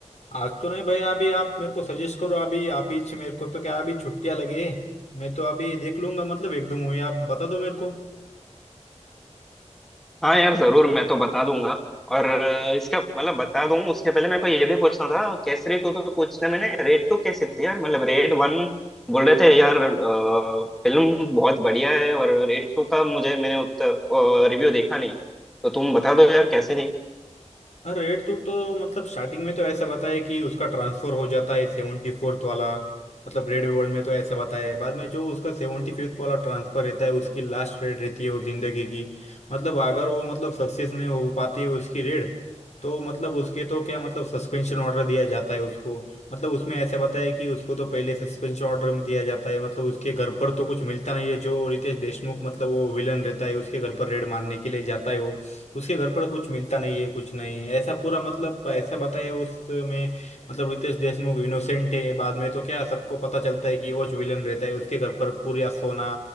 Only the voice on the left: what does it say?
आज तो नहीं भैया अभी आप मेरे को सजेस्ट करो अभी आप ही मेरे को तो क्या अभी छुट्टियां लगे मैं तो अभी देख लूंगा मतलब एक दो मूवी आप बता दो मेरे को
हाँ रेड टू तो मतलब स्टार्टिंग में तो ऐसा बताया कि उसका ट्रांसफर हो जाता है सेवेंटी फोर्थ वाला मतलब रेड वर्ल्ड में तो ऐसा बताया है बाद में जो उसका सेवेंटी फिफ्थ वाला ट्रांसफर रहता है उसकी लास्ट रेड रहती है वो जिंदगी की मतलब अगर वो मतलब सक्सेस नहीं हो पाती है उसकी रेड तो मतलब उसके तो क्या मतलब सस्पेंशन ऑर्डर दिया जाता है उसको मतलब उसमें ऐसा बताया है कि उसको तो पहले सस्पेंशन ऑर्डर में दिया जाता है मतलब उसके घर पर तो कुछ मिलता नहीं है जो रितेश देशमुख मतलब वो विलन रहता है उसके घर पर रेड मारने के लिए जाता है वो उसके घर पर कुछ मिलता नहीं है कुछ नहीं ऐसा पूरा मतलब ऐसा बताया उसमें मतलब रितेश देशमुख इनोसेंट है बाद में तो क्या सबको पता चलता है कि वो विलन रहता है उसके घर पर पूरा सोना